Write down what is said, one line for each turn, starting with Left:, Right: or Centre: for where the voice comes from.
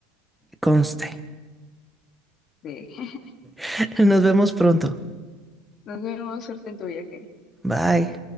Centre: Conste.
Left: Sí. <laughs>
Centre: <laughs> Nos vemos pronto.
Left: Nos vemos, suerte en tu viaje.
Centre: Bye.